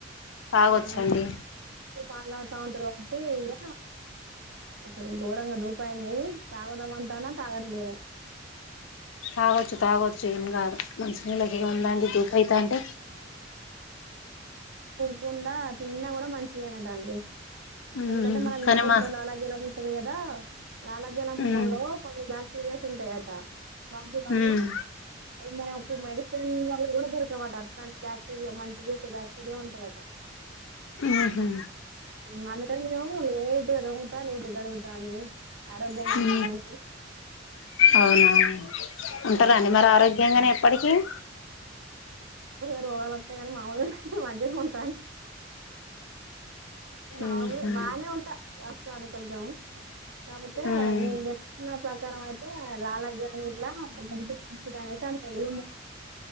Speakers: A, on the left; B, on the right.
A: తాగొచ్చండి
B: ఆ పలావుతా ఉంటారు అంటే ఇక అసలు ఘోరంగ దూపాయిన్ని తాగదాంమంటానా తాగట్లేను
A: తాగొచ్చు తాగొచ్చు ఏం కాదు మంచి నీళ్లకిగా ఏం ఉందండి దూపైత అంటే
B: తకుండా తిన్నాడ కూడా మంచిదేనటండి
A: ఉమ్
B: ఎందుకంటే మనం
A: కానీ
B: నోట్లో
A: మా
B: లాలాజలం వస్తుది కదా లాలాజలం
A: ఉమ్
B: మూలో కొన్ని సార్లు సీరియస్ ఉంటాయట వాటి వల్ల
A: ఉమ్
B: అ మ మెడిసిన్ వల్ కూడా ద వాటారు ా <unintelligible> యా మంచి చేసే బ్యాక్టీరియా ఉన్ దట <unintelligible>
A: ఉహు
B: హమ్ అందుకని నిను లేటుగా తోముతా లేటు కడుగుతా అండి ఆరోగ్యంగా
A: హమ్
B: ఉందాం అనేసి.
A: అవునా అండి ఉంటారండి
B: ఆ!
A: మరి ఆరోగ్యంగానే ఎప్పటి ఓక <unintelligible>
B: గా <unintelligible> కానీ మాములు గా మేం మంచిగానే ఉన్ మాములుగా
A: ఉహు
B: బానే ఉంటా <unintelligible> కానీ కొంచం కాకపోతే
A: ఉమ్
B: నేను చెప్పిన ప్రకారం అయితే లాల జలం గిట్లా మంచి మంచిది అనేసి అంటారు ఉమ్ము